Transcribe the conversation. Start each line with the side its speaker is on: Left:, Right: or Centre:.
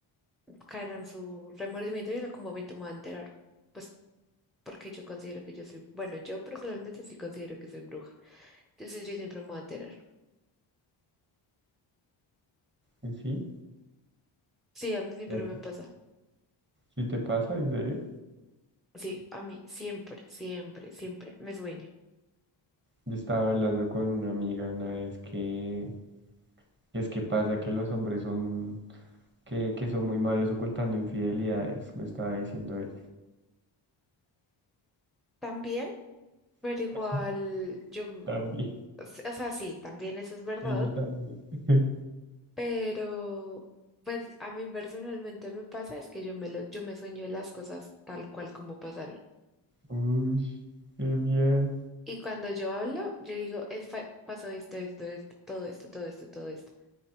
Centre: caerá en su remordimiento y en algún momento me va a enterar. Pues porque yo considero que yo soy, bueno, yo personalmente sí considero que soy bruja. Entonces yo siempre me voy a enterar.
Right: ¿Y sí?
Centre: Sí, a mí siempre
Right: ¿Era?
Centre: me pasa.
Right: ¿Sí te pasa? ¿En serio?
Centre: Sí, a mí siempre, siempre, siempre me sueño.
Right: Yo estaba hablando con una amiga una vez que... que Es que pasa que los hombres son... que, que son muy malos ocultando infidelidades, me estaba diciendo ella.
Centre: También, pero
Right: <laughs>
Centre: igual yo, m-
Right: También.
Centre: s- o sea, sí, también eso es verdad,
Right: Ese también. <laughs>
Centre: pero pues a mí personalmente me pasa es que yo me lo, yo me sueño las cosas tal cual como pasaron.
Right: Uy, qué miedo.
Centre: Y cuando yo hablo, yo digo, es, fa- pasó esto, esto, esto, todo esto, todo esto, todo esto.